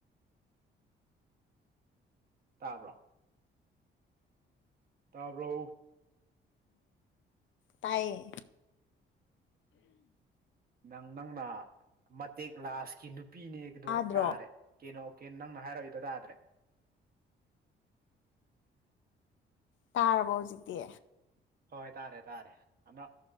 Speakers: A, on the right; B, on the left.
A: ꯇꯥꯕ꯭ꯔꯣ ꯇꯥꯕ꯭ꯔꯛꯎ
B: ꯇꯥꯏꯌꯦ
A: ꯅꯪ ꯅꯪꯅ ꯃꯇꯦꯛ ꯂꯥꯁꯀꯤ ꯅꯨꯄꯤꯅꯦꯗꯨ
B: ꯇꯥꯗ꯭ꯔꯣ
A: ꯍꯛ ꯇꯥꯔꯦ ꯀꯩꯅꯣ ꯀꯦꯟ ꯅꯪꯅ ꯍꯥꯏꯔꯛꯏꯗ ꯇꯥꯗ꯭ꯔꯦ
B: ꯇꯥꯔꯕꯣ ꯍꯧꯖꯤꯛꯇꯤ
A: ꯍꯣꯏ ꯇꯥꯔꯦ ꯇꯥꯔꯦ ꯑꯃꯛ